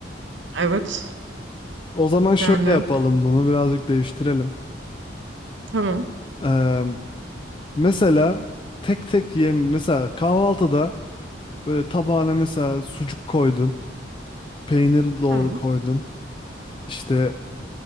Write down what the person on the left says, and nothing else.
O zaman şöyle
yapalım bunu birazcık değiştirelim.
Ee, mesela tek tek yem mesela kahvaltıda böyle tabağına mesela sucuk koydun, peynir doğru
koydun. işte.